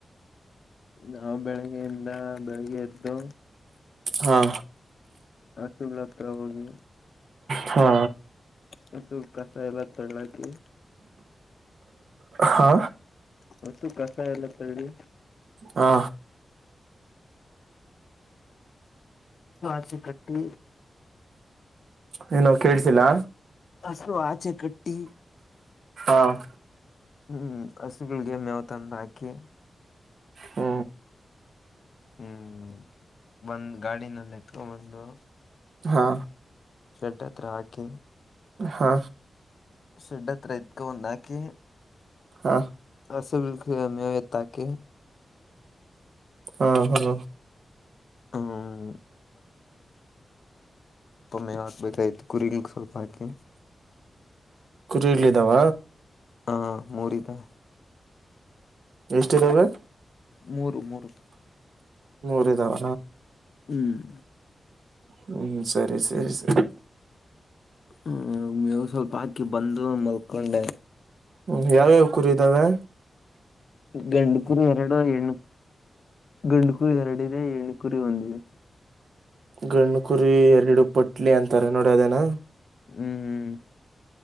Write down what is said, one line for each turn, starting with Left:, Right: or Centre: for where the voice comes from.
Left: ನಾವ ಬೆಳಿಗ್ಗೆಯಿಂದ ಬೆಳಿಗ್ಗೆ ಎದ್ದು.
Right: ಹಾ.
Left: ಹಸುಗಳ ಹತ್ರ ಹೋಗಿ.
Right: ಹಾ.
Left: ಹಸುದ ಕಸ ಎಲ್ಲ ತಗಳ ಹಾಕಿ.
Right: ಹಾ.
Left: ಹೊಸು ಕಸ ಎಲ್ಲ ತಳ್ಳಿ.
Right: ಹಾ.
Left: ಆಚಿ ಕಟ್ಟಿ.
Right: ಹಲೋ ಕೇಳ್ಸಿಲ್ಲಾ.
Left: ಹಸು ಆಚೆ ಕಟ್ಟಿ.
Right: ಆ.
Left: ಹ್ಮ್ ಹಸುಗಳಿಗೆ ಮೇವ ತಂದ ಹಾಕಿ.
Right: ಹ್.
Left: ಹ್ಮ್ ಬಂದ ಗಾಡಿನಲ್ಲಿ ಎತಕೊ ಬಂದು.
Right: ಹಾ.
Left: ಶೇಡ್ ಹತ್ರ ಹಾಕಿ.
Right: ಹಾ.
Left: ಶೆಡ್ಡ ಹತ್ರ ಎತಕೊ ಬಂದ ಹಾಕಿ
Right: ಹಾ
Left: ಹಸುವಿಗ. <unintelligible> ನೆತ್ತ ಹಾಕಿ.
Right: ಹಾ ಹಾ.
Left: ಹ್ಮ್ ಮೇವ ಹಾಕ ಬೇಕ ಆಗಿತ್ತ ಕುರಿಗಿಗ ಸ್ವಲ್ಪ ಹಾಕಿ.
Right: ಕುರಿಗಳ ಇದಾವ.
Left: ಹಾ ಮೂರ ಇದೆ.
Right: ಎಷ್ಟ ಇದಾವೆ.
Left: ಮೂರು ಮೂರು.
Right: ಮೂರ ಇದಾವ.
Left: ಹ್ಮ್.
Right: ಹ್ಮ್ ಸರಿ ಸರಿ ಸರಿ.
Left: ಹ್ಮ ಮೇವು ಸ್ವಲ್ಪ ಹಾಕಿ ಬಂದು ಮಲ್ಕೊಂಡೆ.
Right: ಹ್ಮ್ ಯಾವ್ಯಾವ ಕುರಿ ಇದಾವೆ.
Left: ಗಂಡ ಕುರಿ ಎರಡು ಹೆಣ್ಣು. ಗಂಡ ಕೂರಿ ಎರಡಿದೆ ಹೆಣ್ಣ ಕುರಿ ಒಂದ ಇದೆ.
Right: ಗಂಡ ಕುರಿ ಎರಡು ಪೊಟ್ಲಿ ಅಂತಾರ ನೋಡಿದಿನ ಅದನಾ
Left: ಹ್ಮ್ ಹ್ಮ್.